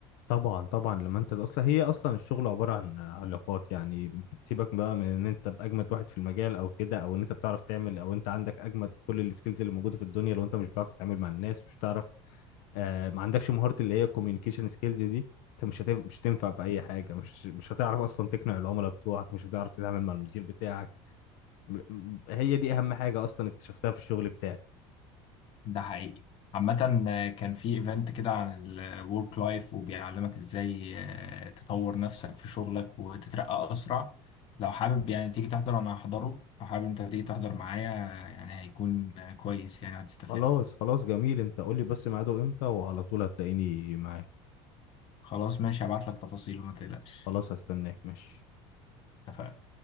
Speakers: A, on the left; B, on the left.
A: طبعا طبعا لما انت اصلا هي اصلا الشغل عباره عن علاقات يعني بتسيبك بقى من ان انت باجمد واحد في المجال او كده او ان انت بتعرف تعمل او انت عندك اجمد كل السكيلز اللي موجوده في الدنيا لو انت مش بتعرف تتعامل مع الناس مش بتعرف آه ما عندكش مهاره اللي هي الكوميونيكيشن سكيلز دي انت مش هتف... مش هتنفع في اي حاجه مش مش هتعرف اصلا تقنع العملاء بتوعك مش هتعرف تتعامل مع المدير بتاعك م- م- هي دي اهم حاجه اصلا اكتشفتها في الشغل بتاعي
B: ده حقيقي عامة آه، كان في ايفنت كده عن الورك لايف وبيعلمك ازاي آه، تطور نفسك في شغلك وتترقى اسرع لو حابب يعني تيجي تحضر انا هحضره لو حابب انت تيجي تحضر معايا آه، يعني هيكون آه، كويس يعني هتستفاد
A: خلاص خلاص جميل انت قول لي بس ميعاده امتى وعلى طول هتلاقيني معاك
B: خلاص ماشي هبعت لك تفاصيله ما تقلقش
A: خلاص هستناك ماشي
B: اتفقنا